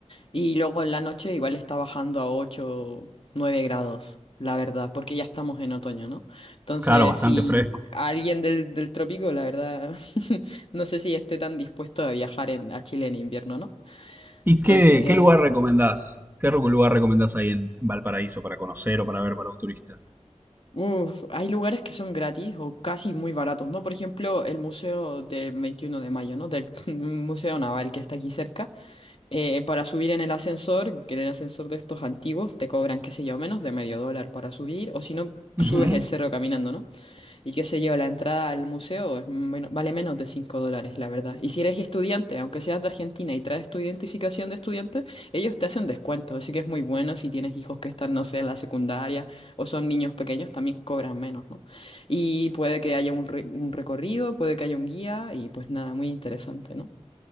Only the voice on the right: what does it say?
Claro, bastante
fresco.
¿Y
qué, qué lugar recomendás? ¿Qué ru- lugar recomendás ahí en, en Valparaíso para conocer o para ver para un turista?
Ujú.